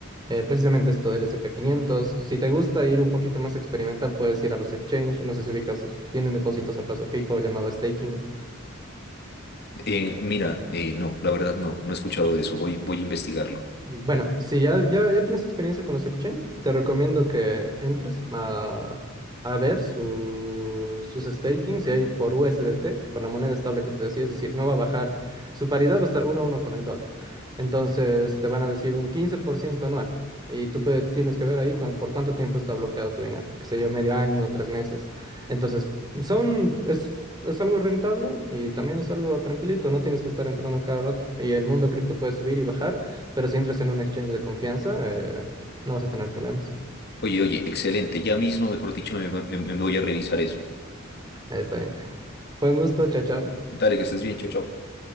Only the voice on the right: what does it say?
eh, precisamente esto del SP500. Si te gusta ir un poquito más experimental, puedes ir a los exchange. No sé si ubicas, tienen depósitos a plazo fijo llamado staking.
Bueno, si ya, ya, ya tienes experiencia con los exchange, te recomiendo que entres a, a ver su- sus stakings, si hay por USDT, por la moneda estable que te decía, es decir, no va a bajar, su paridad va a estar uno a uno con el dólar. Entonces te van a decir un 15% anual y tú pe- tienes que ver ahí con, por cuánto tiempo está bloqueado tu dinero, qué sé yo, medio año, tres meses. Entonces, son, es, es algo rentable y también es algo tranquilito, no tienes que estar entrando cada rato y el mundo cripto puede subir y bajar. Pero si entras en un exchange de confianza, eh, no vas a tener problemas.
Eh, está bien. Buen gusto, chao, chao.